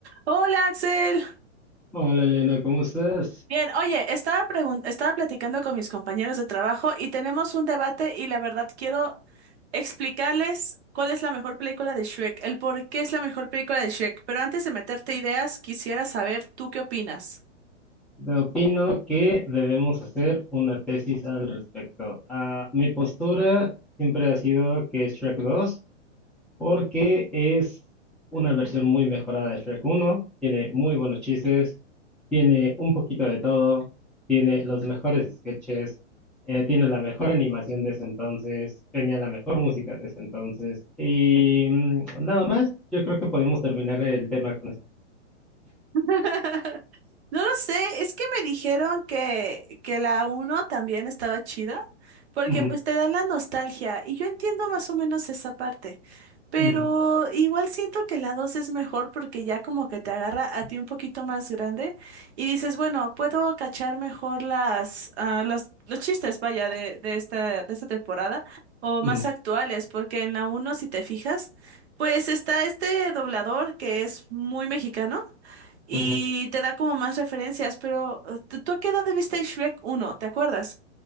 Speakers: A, on the right (about 60°); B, in the centre.
A: Hola Axel.
B: Hola Elena, ¿cómo estás?
A: Bien, oye, estaba pregun- estaba platicando con mis compañeros de trabajo y tenemos un debate y la verdad quiero explicarles cuál es la mejor película de Shrek, el por qué es la mejor película de Shrek, pero antes de meterte ideas, quisiera saber tú qué opinas.
B: Te Opino que debemos hacer una tesis al respecto. Ah, mi postura siempre ha sido que es Shrek 2, porque es una versión muy mejorada de Shrek uno. tiene muy buenos chistes, tiene un poquito de todo, tiene los mejores sketches, eh, tiene la mejor animación de ese entonces, tenía la mejor música de ese entonces y mm, nada más, yo creo que podemos terminar el tema con eso.
A: <laughs> No lo sé, es que me dijeron que, que la uno también estaba chida, porque
B: Ujú,
A: pues te dan la nostalgia y yo entiendo más o menos esa parte, pero
B: ujú,
A: igual siento que la 2 es mejor porque ya como que te agarra a ti un poquito más grande y dices, bueno, puedo cachar mejor las, ah, los, los chistes, vaya, de, de esta, de esta temporada o más
B: ujú.
A: actuales, porque en la uno si te fijas, pues está este doblador que es muy mexicano y
B: Ujú.
A: te da como más referencias, pero eh, ¿tú tú a qué edad viste Shrek uno ¿Te acuerdas?